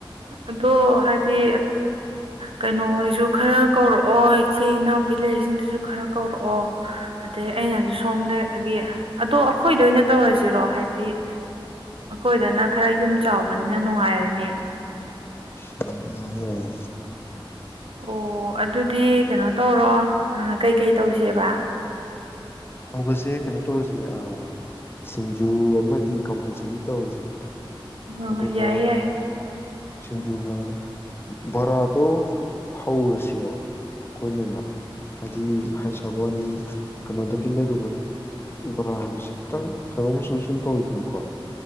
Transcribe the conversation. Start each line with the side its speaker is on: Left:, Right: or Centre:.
Right: ꯑꯗꯣ ꯍꯥꯏꯗꯤ ꯀꯩꯅꯣꯍꯣꯏꯁꯨ ꯈꯔ ꯀꯧꯔꯛ ꯑꯣ ꯏꯆꯦ ꯏꯅꯥꯎꯄꯤ ꯂꯩꯔꯤꯛꯁꯤꯡꯗꯨꯁꯨ ꯈꯔ ꯀꯧꯔꯛꯑꯣ ꯑꯗꯩ ꯑꯩꯅꯁꯨ ꯁꯣꯝꯗꯒꯤ ꯑꯗꯣ ꯑꯩꯈꯣꯏꯗ ꯑꯣꯏꯅ ꯇꯧꯔꯁꯤꯔꯣ ꯍꯥꯏꯗꯤ ꯑꯩꯈꯣꯏꯗꯅ ꯈꯔ ꯌꯨꯝ ꯆꯥꯎꯕꯅꯤ ꯁꯤꯅ ꯅꯨꯡꯉꯥꯏꯔꯅꯤ
Left: ꯍꯣꯏ ꯌꯥꯡꯉꯦ ꯌꯥꯌꯦ
Right: ꯑꯣ ꯑꯗꯨꯗꯤ ꯀꯩꯅꯣ ꯇꯧꯔꯣ ꯀꯩꯀꯩ ꯇꯧꯁꯦꯕ
Left: ꯇꯧꯕꯁꯦ ꯀꯩꯅꯣ ꯇꯧꯔꯁ ꯑꯥ ꯁꯤꯡꯖꯨ ꯑꯃꯗꯤ ꯀꯝꯄꯜꯁꯔꯤ ꯇꯧꯔꯁꯦ
Right: ꯄꯨꯉꯥꯎ
Left: ꯑꯗꯨꯒ
Right: ꯌꯥꯏꯌꯦ ꯌꯥꯏꯌꯦ
Left: ꯁꯤꯡꯖꯨꯒ ꯕꯣꯔꯥꯗꯣ ꯍꯧꯔꯁꯤꯔꯣ ꯑꯩꯈꯣꯏꯅ ꯑꯣꯏꯅ ꯍꯥꯏꯗꯤ ꯍꯩ ꯁꯥꯕ ꯑꯅꯤ ꯀꯩꯅꯣꯗ ꯀꯤ ꯂꯩꯔꯨꯕ ꯕꯣꯔꯥ ꯍꯥꯏꯕꯁꯤ ꯈꯤꯇꯪ ꯀꯩꯅꯣꯝꯃ ꯁꯨꯝ ꯁꯨꯝ ꯇꯧꯋꯤꯗꯅꯀꯣ